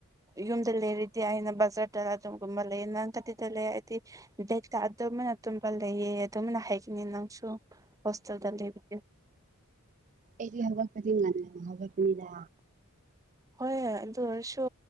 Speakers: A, on the right; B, on the right.
A: ꯌꯨꯝꯗ ꯂꯩꯔꯤꯗꯤ ꯑꯩꯅ ꯕꯖꯔ ꯑꯗꯨꯒꯨꯝꯕ ꯂꯩꯅꯔꯒꯗꯤ ꯇꯜꯂꯦ ꯑꯩꯗꯤ ꯗꯦ ꯑꯗꯨꯃꯥꯏꯅ ꯇꯨꯝꯕ ꯂꯩꯌꯦ ꯑꯗꯨꯃꯥꯏꯅ ꯍꯥꯏꯈꯤꯅꯤ ꯅꯪꯁꯨ ꯍꯣꯁꯇꯦꯜꯗ ꯂꯩꯕꯒꯤ
B: ꯑꯩꯗꯤ ꯍꯧꯒꯠꯄꯗꯤ ꯉꯟꯅ ꯑꯗꯨꯝ ꯍꯧꯒꯠꯄꯅꯤꯗ
A: ꯍꯣꯏ ꯑꯗꯨ ꯑꯣꯏꯔꯁꯨ